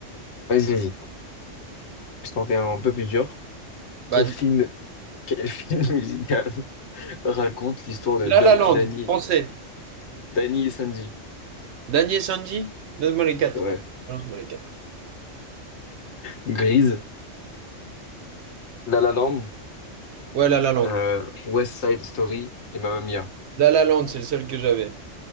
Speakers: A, on the left; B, on the right.
A: vas-y, vas-y. Je t'en fais un peu plus dur.
B: Bah,
A: Quel film, quel <laughs> film musical raconte l'histoire de
B: La
A: Do-
B: La Land,
A: Danny,
B: français.
A: Danny et Sanji?
B: Daniel Sanji. Donne-moi les quatre,
A: Ouais.
B: là. Balance-moi les quatre.
A: Grise, La La Land,
B: Ouais, La La Land.
A: euh, West Side Story et Mamma Mia.
B: La La Land, c'est le seul que j'avais.